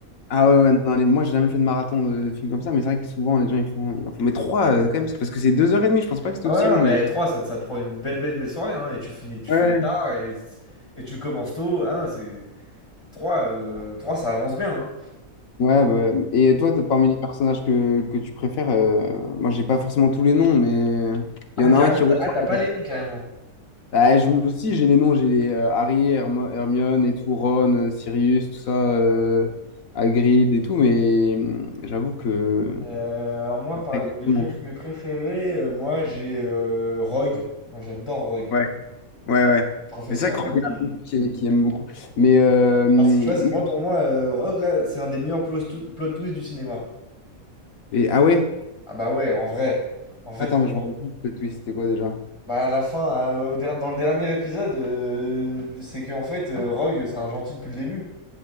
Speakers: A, on the left; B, on the left.
A: Ah ouais, ouais, non, les- moi, j'ai jamais fait de marathon de, de films comme ça, mais c'est vrai que souvent, les gens, ils font... Ils en font... Mais trois, euh, quand même, c'est parce que c'est deux heures et demie, je pense pas que c'était
B: Ah
A: aussi
B: ouais,
A: long,
B: non, mais
A: les...
B: 3 ça te ça te prend une belle, belle, belle soirée, hein et tu finis tu
A: Ouais.
B: finis tard et et tu commences tôt. Ah non, c'est trois heu, 3 ça avance bien, hein.
A: Ouais, bah, et toi, t'as- parmi les personnages que, que tu préfères, euh, moi, j'ai pas forcément tous les noms, mais
B: Ah
A: il y en
B: carrément,
A: a un qui ressort.
B: tu ah t'as pas les noms carrément?
A: Bah, je me aussi, j'ai les noms, j'ai les euh, Harry, Herm- Hermione et tout, Ron, euh, Sirius, tout ça, euh, Hagrid et tout, mais hum, j'avoue que.
B: Heu, alors moi par
A: Pas exactement.
B: les préf mes préférés, heu, moi j'ai, heu, Rogue. Moi j'adore Rogue.
A: Ouais, ouais, ouais.
B: Professeur
A: Mais ça, je crois
B: Rogue
A: qu'il
B: et
A: y en a beaucoup qui, qui aiment beaucoup. Mais. euh, hum,
B: bah, c'est tu vois, c'est
A: oui.
B: moi pour moi, heu, Rogue là, c'est un des meilleurs plots tou plot twists du cinéma.
A: Et, ah ouais?
B: Ah bah ouais, en vrai. En fait,
A: Attends,
B: quand
A: mais je me rappelle plus de twist, c'était quoi déjà?
B: Bah à la fin, à- au der- dans le dernier épisode, euh, c'est qu'en fait, euh, Rogue, c'est un gentil depuis le début.